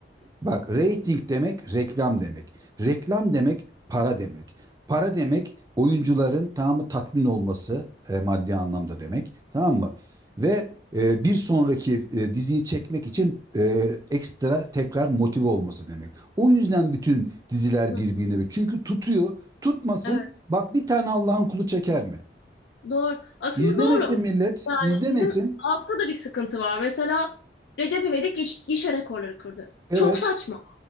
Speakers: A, on the right; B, on the left.
A: Bak rating demek reklam demek. Reklam demek para demek. Para demek oyuncuların tamamı tatmin olması e, maddi anlamda demek. Tamam mı? Ve e, bir sonraki e, diziyi çekmek için e, ekstra tekrar motive olması demek. O yüzden bütün diziler
B: Hı,
A: birbirine çünkü tutuyor. Tutmasın.
B: Evet,
A: Bak bir tane Allah'ın kulu çeker mi?
B: doğru. Aslında
A: İzlemesin
B: doğru.
A: millet,
B: Yani
A: izlemesin.
B: bizim altta da bir sıkıntı var. Mesela Recep İvedik giş- gişe rekorları kırdı.
A: Evet,
B: Çok saçma.